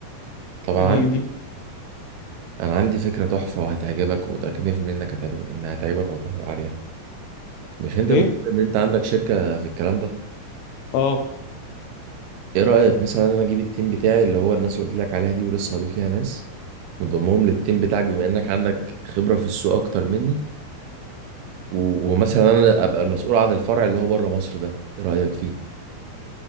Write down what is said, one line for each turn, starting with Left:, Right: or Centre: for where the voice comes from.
Right: طب أنا
Left: دي
Right: عندي
Left: دي
Right: أنا عندي فكرة تحفة وهتعجبك ومتأكد 100% إنك هتعجبك إنها هتعجبك وهتوافق عليها مش أنت
Left: ايه
Right: بتقول إن أنت عندك شركة في الكلام ده
Left: اه
Right: إيه رأيك مثلا أنا أجيب التيم بتاعي اللي هو الناس اللي قلت لك عليها دي ولسه هضيف ليها ناس نضمهم للتيم بتاعك بما إنك عندك خبرة في السوق أكتر مني و- ومثلا انا ابقى المسؤول عن الفرع اللي هو بره مصر ده ايه رايك فيه